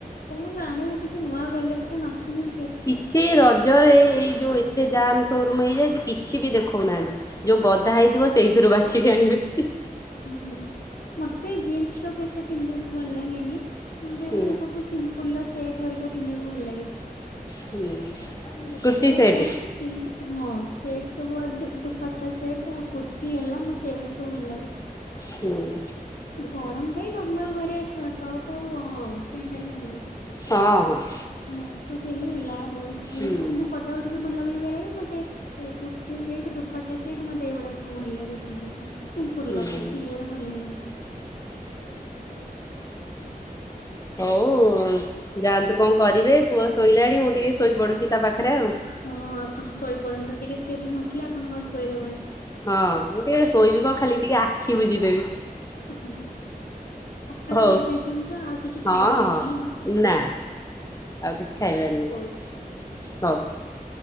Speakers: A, on the left; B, on the left.
A: କଣ ଆଣିବୁ କିଛି ନୂଆ କଲେକ୍ସନ ଆସନି।
B: କିଛି ରଜରେ ଏଇ ଯୋଉ ଏତେ ଜାମ୍ ସୋରୁମ ହେଇଯାଇଚି କିଛି ବି ଦେଖଉନାହାନ୍ତି। ଯୋଉ ଗଦା ହେଇଥିବ ସେଇଥିରୁ ବାଛିକି ଆଣିବେ।
A: ଓହୋ ମତେ ଜିନ୍ସ ଟପ୍ ଏତେ ପିନ୍ଧିବାକୁ ଭଲ ଲାଗେନି ମତେ
B: ହୁଁ
A: ମାନେ ସବୁ ଫୁଲ ସେଟ ହରିକ ପିନ୍ଧିବାକୁ ଭଲ ଲାଗେ
B: ହୁଁ
A: ଦେଖିବା
B: କୁର୍ତ୍ତି ସେଟ୍
A: କଣ ହଁ ସେଟ୍ ସବୁ ଦୁପଟା ସେଟ୍ ଆଉ କୁର୍ତ୍ତିୀ ହେଲା ମତେ ଏଇଗୁଡା ସବୁ ଭଲ ଲାଗେ।
B: ହୁଁ।
A: ଗରମ ପାଇଁ ନର୍ମାଲ ଘରେ ଟପ୍ ଆଉ ପେଣ୍ଟ ହେଲେ ହେଲା।
B: ହଁ ହଁ।
A: ନାଇଟ୍ ସୁଟ ହେଲେ ହେଲା
B: ହୁଁ।
A: କିନ୍ତୁ ପଦା---' ଟିକେ ବୁଲାବୁଲି କରିବାେ ମତେ କୁର୍ତି ସେଟ୍ ଦୁପାଟା ସେଟ୍ ମତେ ଏଇଗୂଡା ସବୁ ଭଲ ଲାଗେ ପିନ୍ଧିବା ପାଇଁ। ସିମ୍ପୁଲ
B: ହୁଁ
A: ର ବେଶ ଇଏ ର ଭଲ ଲଗେନି।
B: ହୋଉ ଯାଆନ୍ତୁ କଣ କରିବେ ପୁଅ ଶୋଇଲାଣି ମୁଁ ଟିକେ ଶୋଇପଡୁଚି ତା ପାଖରେ ଆଉ।
A: ହଁ ଆପଣ ଶୋଇ ପଡନ୍ତୁ ଟିକେ ସେଏ ପୁଣି ଉଠିଲେ ଆପଣକୁ ଆଉ ଶୋଇଦବନି।
B: ହଁ ମୁଁ ଟିକେ ଶୋଇବି କଣ ଖାଲି ଟିକେ ଆଖି ବୁଜିଦେବି।
A: ହଁ, ପଖାଳ
B: ହଉ
A: ଖାଇ ଦେଇଚନ୍ତି ତ ଆଉ କିଛି
B: ହଁ
A: ଖାଇବାର
B: ହଁ।
A: ନାହିଁ ଆଉ।
B: ନା ଆଉ କିଛି ଖାଇବାର ନାହିଁ
A: ହଉ
B: ହଉ।